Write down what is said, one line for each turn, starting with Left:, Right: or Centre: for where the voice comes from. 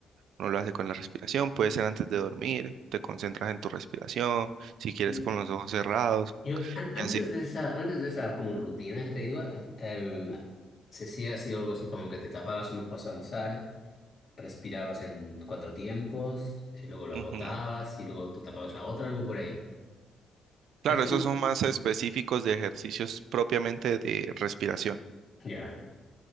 Right: Uno lo hace con la respiración, puede ser antes de dormir, te concentras en tu respiración, si quieres
Left: Mm,
Right: con los ojos cerrados
Left: Yo, an-
Right: y
Left: antes
Right: así.
Left: de esa, antes de esa como rutina que te digo, em, se hacía así algo así como que te tapabas unos cosas de sal, respirabas en cuatro tiempos, y luego lo
Right: Ujú.
Left: agotabas, y luego te tapabas la otra, algo por ahí.
Right: Claro,
Left: Eso,
Right: esos son más específicos de ejercicios propiamente de respiración,
Left: ya,